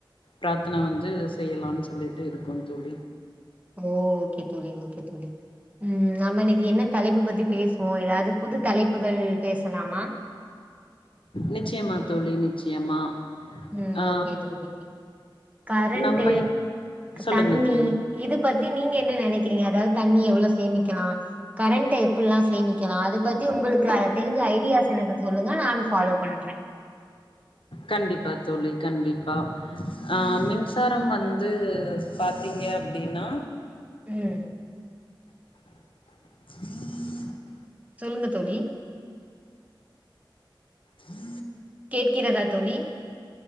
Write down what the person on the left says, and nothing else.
பிரார்த்தனை வந்து செய்யலான் சொல்லிட்டு இருக்கோம் தோழி
நிச்சயமா தோழி நிச்சயமா
ஆ
நம்மை சொல்லுங்க
தோழி.
கண்டிப்பா தோழி கண்டிப்பா ஆஹ் மின்சாரம் வந்து பாத்தீங்க அப்படின்னா
உம்
ஹம்